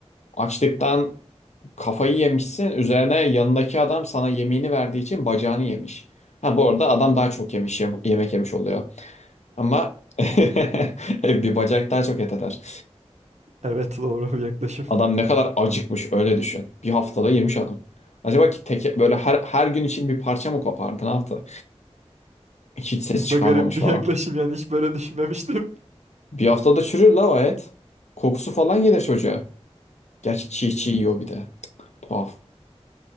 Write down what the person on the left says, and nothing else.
açlıktan kafayı yemişsin. Üzerine yanındaki adam sana yemeğini verdiği için bacağını yemiş. Ha bu arada adam daha çok yemiş yem- yemek yemiş oluyor. Ama <laughs> bir bacak daha çok et eder.
Adam
ne kadar acıkmış öyle düşün. Bir haftada yemiş adam. Acaba ki teke, böyle her, her gün için bir parça mı kopardı? Ne yaptı? Hiç ses
çıkarmamış
falan.
Bir haftada çürür la o et. Kokusu falan gelir çocuğa. Gerçi çiğ
çiğ yiyor bir de. Tuhaf.